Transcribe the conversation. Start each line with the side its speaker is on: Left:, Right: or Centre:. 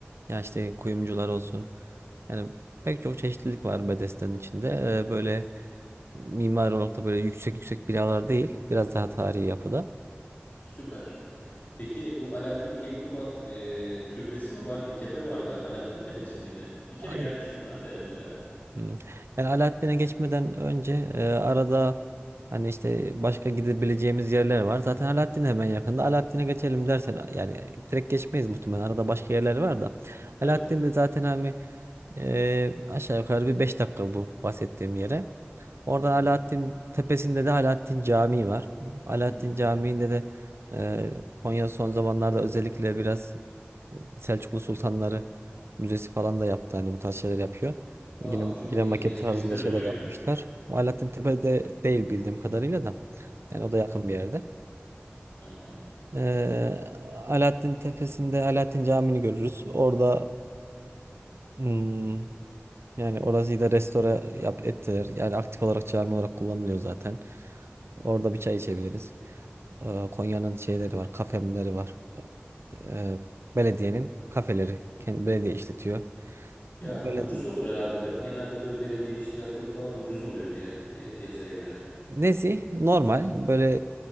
Right: ya işte kuyumcular olsun. Yani pek çok çeşitlilik var Bedesten içinde. E, böyle mimari olarak da böyle yüksek yüksek binalar değil. Biraz daha tarihi yapıda.
Left: Süper. Peki bu Alaaddin Keykubat e, türbesi mi var? Bir tepe var galiba. Alaaddin Tepesi miydi? Bir kere
Right: Yani
Left: gelmiştim
Right: Aynen.
Left: ben de önceden.
Right: Hmm. Yani Alaaddin'e geçmeden önce e, arada hani işte başka gidebileceğimiz yerler var. Zaten Alaaddin hemen yakında. Alaaddin'e geçelim dersen yani direkt geçmeyiz muhtemelen. Arada başka yerler var da.
Left: Tabii.
Right: Alaaddin de zaten hani e, aşağı yukarı bir 5 dakika bu bahsettiğim yere. Orada
Left: Hı hı.
Right: Alaaddin tepesinde de Alaaddin Camii var. Alaaddin
Left: Hı hı.
Right: Camii'nde de e, Konya son zamanlarda özellikle biraz Selçuklu Sultanları Müzesi falan da yaptı. Hani bu tarz şeyler yapıyor.
Left: Aa
Right: Yine,
Left: çok
Right: yine
Left: iyi.
Right: maket
Left: Gezmek
Right: tarzında
Left: isterim
Right: şeyler
Left: orayı
Right: yapmışlar.
Left: da.
Right: O Alaaddin Tepe'de değil bildiğim kadarıyla da. Yani o da yakın bir yerde.
Left: Tamam.
Right: Ee, Alaaddin Tepesi'nde Alaaddin Camii'ni görürüz. Orada hmm, yani orası da restore yap, ettiler. Yani aktif olarak cami olarak kullanılıyor zaten. Orada bir çay içebiliriz. Ee, Konya'nın şeyleri var, kafemleri var. Ee, belediyenin kafeleri. Kendi belediye işletiyor.
Left: Ya
Right: Yani Böyle
Left: ucuz olur herhalde değil mi? Genelde böyle belediye iştirakleri falan ucuz oluyor diğer e, piyasaya göre.
Right: Nezih, normal böyle